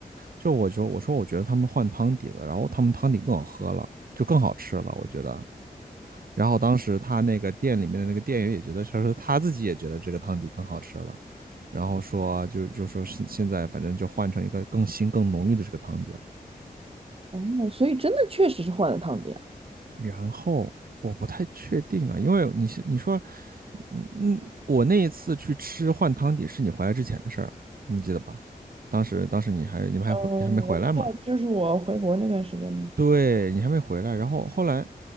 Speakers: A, on the right (about 70°); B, on the right (about 35°).
A: 就我说我说我觉得他们换汤底了，然后他们汤底更好喝了，就更好吃了，我觉得。然后当时他那个店里面的那个店员也觉得，他说他自己也觉得这个汤底更好吃了，然后说就就说现现在反正就换成一个更新更浓郁的这个汤底了。
B: 哦哦，所以真的确实是换了汤底啊。
A: 然后我不太确定啊，因为你你说，嗯嗯，我那一次去吃换汤底是你回来之前的事儿，你记得吧？当时当时你还你们还回你还没回来嘛？
B: 嗯，我知道，就是我回国那段时间嘛。
A: 对你还没回来，然后后来